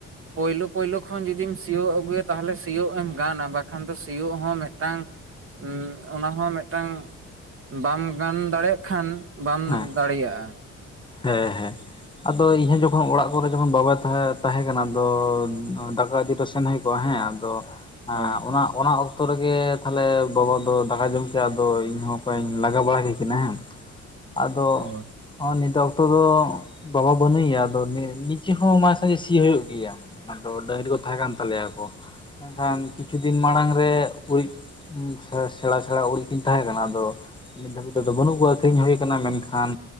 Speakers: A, on the right; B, on the left.
A: ᱯᱳᱭᱞᱳ ᱯᱳᱭᱞᱳ ᱠᱷᱚᱱ ᱡᱩᱫᱤᱢ ᱥᱤᱭᱳᱜ ᱟᱹᱜᱩᱭᱟ ᱛᱟᱦᱚᱞᱮ ᱥᱤᱭᱳᱜ ᱮᱢ ᱜᱟᱱᱟ ᱵᱟᱠᱷᱟᱱ ᱫᱚ ᱥᱤᱭᱳᱜ ᱦᱚᱸ ᱢᱤᱫ ᱴᱟᱝ ᱩᱜ ᱚᱱᱟ ᱦᱚᱸ ᱢᱤᱫ ᱴᱟᱝ ᱵᱟᱢ ᱜᱟᱱ ᱫᱟᱲᱮᱭᱟᱜ ᱠᱷᱟᱱ ᱵᱟᱢ
B: ᱦᱮᱸ
A: ᱫᱟᱲᱮᱭᱟᱜᱼᱟ
B: ᱦᱮᱸ ᱦᱮᱸ ᱟᱫᱚ ᱤᱧᱦᱚᱸ ᱡᱚᱠᱷᱚᱱ ᱚᱲᱟᱜ ᱠᱚᱨᱮ ᱡᱚᱠᱷᱚᱱ ᱵᱟᱵᱟᱭ ᱛᱟᱦᱮᱸ ᱠᱟᱱᱟ ᱟᱫᱚ ᱫᱟᱠᱟ ᱤᱫᱤ ᱴᱚ ᱥᱮᱱ ᱦᱩᱭ ᱠᱚᱜᱼᱟ <unintelligible> ᱦᱮᱸ ᱟᱫᱚ
A: ᱦᱳᱭ
B: ᱚᱱᱟ ᱚᱱᱟ ᱚᱠᱛᱚ ᱨᱮᱜᱮ ᱛᱟᱦᱚᱞᱮ ᱵᱟᱵᱟ ᱫᱚ ᱫᱟᱠᱟ ᱡᱚᱢ ᱠᱮᱭᱟ ᱟᱫᱚ ᱤᱧ ᱦᱚᱸ ᱚᱠᱟᱧ ᱞᱟᱜᱟ ᱵᱟᱲᱟ ᱠᱮᱠᱤᱱᱟ ᱦᱮᱸ
A: <unintelligible>
B: ᱟᱫᱚ
A: ᱚ
B: ᱦᱚ ᱱᱤᱛᱚᱜ <unintelligible> ᱫᱚ ᱵᱟᱵᱟ ᱵᱟᱹᱱᱩᱭ-ᱟ ᱟᱫᱚ ᱱᱤᱡᱮ ᱦᱚᱸ ᱢᱟ ᱥᱟᱡᱮ ᱥᱤ ᱦᱩᱭᱩᱜ ᱜᱮᱭᱟ ᱟᱫᱚ ᱰᱟᱹᱝᱨᱤ ᱠᱚ ᱛᱟᱦᱮᱸ ᱠᱟᱱ ᱛᱟᱞᱮᱭᱟ ᱠᱚ ᱮᱱᱠᱷᱟᱱ ᱠᱤᱪᱷᱩ ᱫᱤᱱ ᱢᱟᱲᱟᱝ ᱨᱮ ᱩᱨᱤᱡ ᱩ ᱥᱮᱬᱟ ᱥᱮᱬᱟ ᱩᱲᱮᱡ ᱠᱤᱧ ᱛᱟᱦᱮᱸ ᱠᱟᱱᱟ ᱟᱫᱚ ᱱᱤᱛ ᱫᱷᱟᱹᱵᱤᱡ ᱛᱮ ᱫᱚ ᱵᱟᱹᱱᱩᱜ ᱠᱚᱣᱟ ᱟᱹᱠᱷᱨᱤᱧ ᱦᱩᱭᱩᱭᱟ ᱟᱠᱟᱱᱟ ᱢᱮᱱᱠᱷᱟᱱ